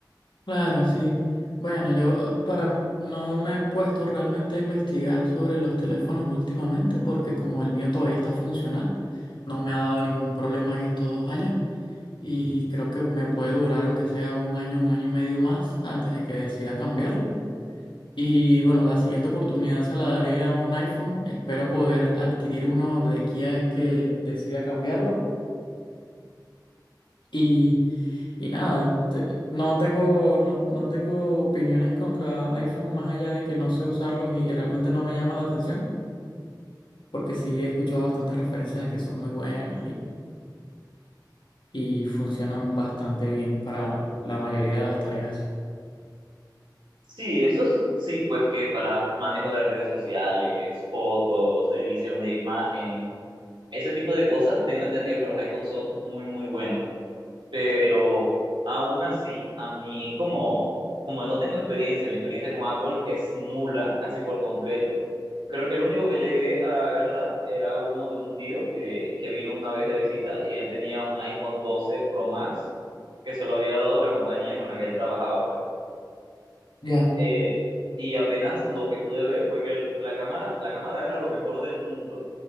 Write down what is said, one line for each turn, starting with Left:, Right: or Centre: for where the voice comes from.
Left: Claro, sí. Bueno, yo para no me he puesto realmente a investigar sobre los teléfonos últimamente porque como el mío todavía está funcional, no me ha dado ningún problema en estos dos años y creo que me puede durar aunque sea un año, un año y medio más antes de que decida cambiarlo. Y bueno, la siguiente oportunidad se la daré a un iPhone. Espero poder adquirir uno de aquí a que decida cambiarlo. Y, y nada, te- no tengo, no, no tengo opiniones contra iPhone más allá de que no sé usarlos y realmente no me llama la atención, porque sí he escuchado bastantes referencias de que son muy buenos y, y funcionan bastante bien para la mayoría de las tareas.
Right: Sí, esos sí, pues que para manejo de redes sociales, fotos, edición de imagen Ese tipo de cosas, tengo entendido que los iPhones son muy, muy buenos, pero aún así, a mí como, como no tengo experiencia, mi experiencia con Apple es nula, casi por completo. Creo que el único que llegué a agarrar era uno de un tío que, que vino una vez de visita y él tenía un iPhone doce Pro Max que se lo había dado la compañía con la que él trabajaba, pues.
Left: Ya,
Right: Eh, y apenas lo que pude ver fue que el- la cámara, la cámara era lo mejor del mundo,